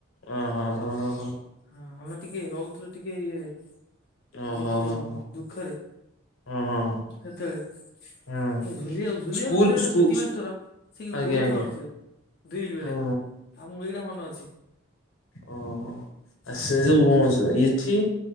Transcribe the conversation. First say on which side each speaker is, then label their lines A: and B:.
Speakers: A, on the left (about 80°); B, on the left (about 45°).
A: ଓହୋ ହୋ ହୋ ହୋ
B: ହଁ ଆମେ ଟିକେ ରଉଥୁଲୁ ଟିକେ ଇଏରେ
A: ଓହୋ
B: ଭଉତୁ
A: ହୋ ହୋ
B: ଦୁଃଖରେ
A: ଓ ହଁ
B: ହେତେଳେ ସେ
A: ହଁ
B: ଝୁଲି ଆଉ ଝୁଲିଆ
A: ସ୍କୁଲ
B: ହଉଥୁଲେ ଗୋଟେ
A: ସ୍କୁ
B: ପିଟି ମାଷ୍ଟର୍ ସେ କି
A: ଆଜ୍ଞା
B: ଗୋଇଠା
A: ଆଜ୍ଞା
B: ମାରୁଥୁଲେ ଡ୍ରିଲ୍ ବେଳେ।
A: ହଁ
B: ଆଉ ମୁଁ ଏଇଟା ମନ ଅଛି।
A: ଓ
B: ହଁ
A: ଆ ସେ ଯୋଉ ଏଠି?